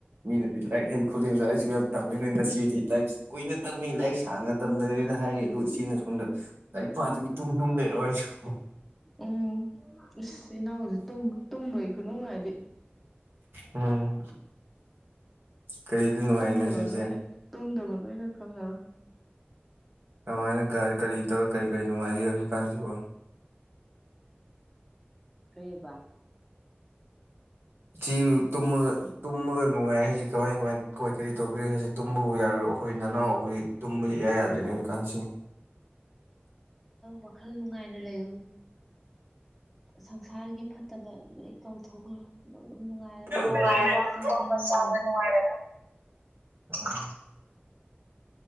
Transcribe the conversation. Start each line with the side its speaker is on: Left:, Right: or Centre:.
Right: ꯃꯤꯅꯗꯤ ꯂꯥꯏꯔꯤꯛ ꯍꯩ ꯈꯣꯠꯂꯛ ꯂꯥꯏꯔꯤꯛꯁꯨ ꯌꯥꯝ ꯇꯝꯃꯦ ꯅꯣꯏ ꯉꯁꯤꯦꯗꯤ ꯂꯥꯏꯔꯤꯛꯁꯨ ꯀꯨꯏꯅ ꯇꯝꯃꯤ ꯂꯥꯏꯔꯤꯛ ꯁꯥꯡꯅ ꯇꯝꯗꯒꯦꯅ ꯍꯥꯏꯔꯤ ꯑꯗꯨꯗ ꯏꯆꯦꯅ ꯁꯣꯝꯗ ꯇꯥꯏ ꯄꯥ ꯑꯗꯨꯃꯤ ꯇꯨꯝ ꯇꯨꯝ ꯗꯦꯔꯋꯥꯣꯏ ꯍ
Centre: ꯎꯝ ꯏꯁꯁ ꯏꯅꯥꯎꯁ ꯇꯨꯝꯕꯒꯤ ꯈꯨꯅꯨꯡꯉꯥꯏꯗꯤ
Right: ꯎꯝ ꯀꯔꯤꯗ ꯅꯨꯡꯉꯥꯏꯔꯤꯅꯣ
Centre: ꯇꯨꯝꯗꯕ
Right: ꯏꯆꯦ
Centre: ꯅꯣꯏꯅ ꯇꯨꯝꯗꯕꯅꯣ ꯂꯣꯏꯅ ꯈꯉꯔꯣ
Right: ꯀꯃꯥꯏꯅ ꯀ ꯀꯔꯤ ꯇꯧꯔꯤ ꯀꯔꯤ ꯀꯔꯤ ꯅꯨꯡꯉꯥꯏꯒꯦ ꯍꯧꯖꯤꯛꯀꯥꯟꯁꯤꯕꯨ
Centre: ꯀꯩꯕ
Right: ꯆꯕꯨ ꯇꯨꯝꯃꯒ ꯇꯨꯝꯃꯒ ꯅꯨꯡꯉꯥꯏ ꯍꯥꯏꯁꯤ ꯀꯃꯥꯏ ꯀꯃꯥꯏ ꯀꯣꯏ ꯀꯔꯤ ꯇꯧꯒꯦ ꯍꯥꯏꯁꯤ ꯇꯨꯝꯕꯕꯨ ꯌꯥꯔꯣꯏ ꯑꯩꯈꯣꯏ ꯅꯅꯥꯎ ꯑꯩꯈꯣꯏ ꯇꯨꯝꯕꯕꯁꯤꯁꯨ ꯏꯌꯥ ꯌꯥꯗ꯭ꯔꯣꯏꯅꯦ ꯀꯥꯟꯁꯤ <inaudible>
Centre: ꯋꯥꯈꯜ ꯅꯨꯡꯉꯥꯏꯅ ꯂꯩꯔꯣ ꯁꯪꯁꯥꯔꯒꯤ ꯐꯠꯇꯕ ꯂꯣꯏ ꯀꯥꯎꯊꯣꯛꯈ꯭ꯔꯣ ꯑꯗꯨꯝ
Right: <unintelligible>
Centre: ꯅꯨꯡꯉꯥꯏꯔꯗꯕꯅꯤ ꯇꯨꯝꯕ ꯆꯥꯕ ꯅꯨꯡꯉꯥꯏꯔꯗꯕꯅꯤ